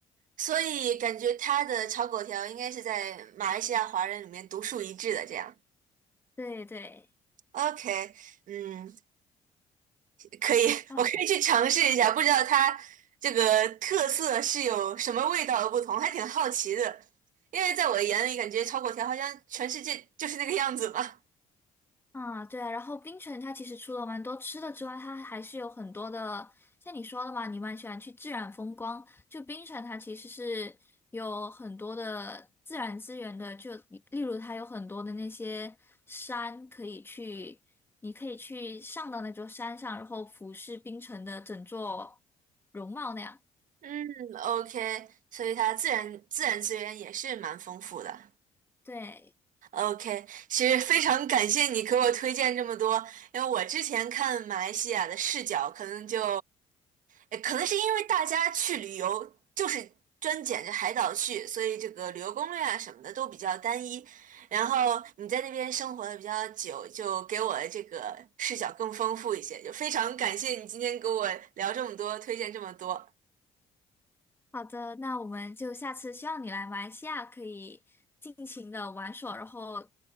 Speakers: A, on the right (about 65°); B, on the left (about 15°).
A: 所以感觉他的炒粿条应该是在马来西亚华人里面独树一帜的这样。
B: 对对，
A: OK，嗯，可以，<laughs>
B: 然后
A: 我可以去尝试一下，不知道它这个特色是有什么味道的不同，还挺好奇的。因为在我的眼里，感觉炒粿条好像全世界就是那个样子嘛。
B: 啊，对啊，然后槟城它其实除了蛮多吃的之外，它还是有很多的，像你说的嘛，你蛮喜欢去自然风光。就槟城它其实是有很多的自然资源的，就例如它有很多的那些山可以去，你可以去上到那座山上，然后俯视槟城的整座容貌那样。
A: 嗯，OK，所以它自然自然资源也是蛮丰富的。
B: 对，
A: OK，其实非常感谢你给我推荐这么多，因为我之前看马来西亚的视角，可能就，呃可能是因为大家去旅游就是专捡着海岛去，所以这个旅游攻略啊什么的都比较单一。然后你在那边生活的比较久，就给我这个视角更丰富一些。就非常感谢你今天给我聊这么多，推荐这么多，
B: 好的，那我们就下次希望你来马来西亚可以尽情的玩耍，然后